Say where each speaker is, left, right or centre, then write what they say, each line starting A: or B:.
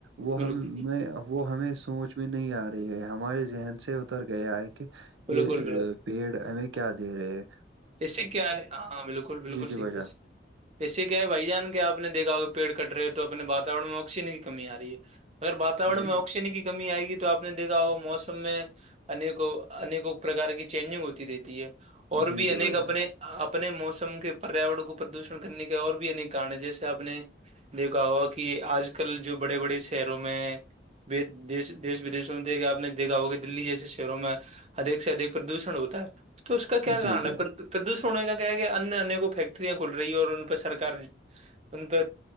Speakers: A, on the right (about 85°); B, on the right (about 35°).
A: وہ
B: بالکل
A: ہم میں وہ ہمیں سوچ میں نہیں آ رہی ہے ہمارے ذہن سے اتر گیا ہے کہ
B: بالکل
A: یہ
B: بالکل
A: پیڑ ہمیں کیا دے رہے ہے
B: کک کیا ہے ہاں ہاں بالکل بالکل
A: جی
B: صحیح
A: بھائی جان
B: اس سے کیا ہے بھائی جان کہ آپ نے دیکھا ا پیڑ کٹ رہے ہیں تو اپنے واورن میں آکسیجن کی کمی آ رہی ہے اگر واتاورن
A: جی
B: میں آکسیجن کی کمی آئے گی تو آپ نے دیکھا وہ موسم میں انیکوں انیکوں پرکار کی چینجنگ ہوتی رہتی ہے اور
A: جی
B: بھی
A: جی جی
B: انیک
A: بھائی جان
B: اپنے اپنے موسم کے پریاور کو پردوشن کرنے کے اور بھی انیک کارن ہیں جیسے اپنے دیکھا ہوا کہ آج کل جو بڑے بڑے شہروں میں دی دیش ودشوں میں تھ کہ آ نے دیکھا ہو کہ دلی جیسے شہروں میں ادک سے ادھ پردوشن ہوتا ہے تو اس کا کیا
A: جی
B: گان
A: جی
B: ہے پردوشن ہونے کا کیا کہ انیہ ان کو فیکٹریاں کھول رہی ہے اور ان پہ سرک ان پ